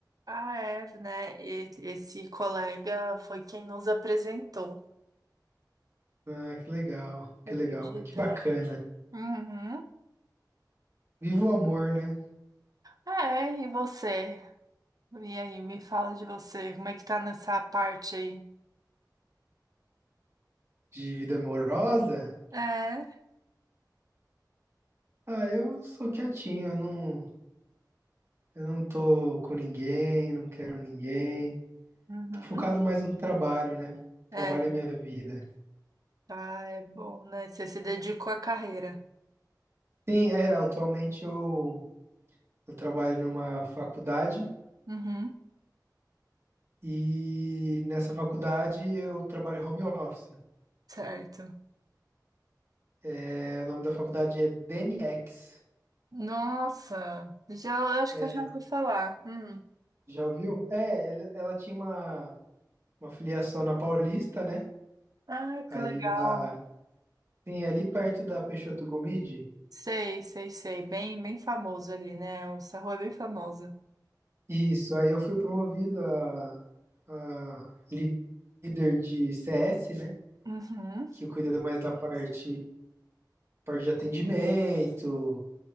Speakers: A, on the right; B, on the right.
A: Ah, é, né? E- Esse colega foi quem nos apresentou.
B: Ah, que legal,
A: Você
B: que
A: acredita?
B: legal, que bacana.
A: Uhum.
B: Viva o amor, né?
A: É, e você? E aí, me fala de você. Como é que tá nessa parte aí?
B: De vida amorosa?
A: É.
B: Ah, eu sou quietinho, eu não, eu não tô com ninguém, não quero ninguém.
A: Uhum.
B: Tô focado mais no trabalho, né?
A: É.
B: Trabalho é minha vida.
A: Ah, é bom, né? Você se dedicou à carreira.
B: Sim, é, atualmente eu, eu trabalho numa faculdade.
A: Uhum.
B: E nessa faculdade eu trabalho home office.
A: Certo.
B: É, o nome da faculdade é DNX.
A: Nossa, já, eu acho
B: É,
A: que eu já ouvi falar. Hum.
B: já ouviu? É, ele- ela tinha uma, uma filiação na Paulista, né?
A: Ah,
B: Ali
A: que legal.
B: na, sim, ali perto da Peixoto Gomide.
A: Sei, sei, sei. Bem, bem famoso ali, né? Essa rua é bem famosa.
B: Isso, aí eu fui promovido a, a li- líder de CS, né?
A: Uhum.
B: Que cuida mais da parte, parte de atendimento,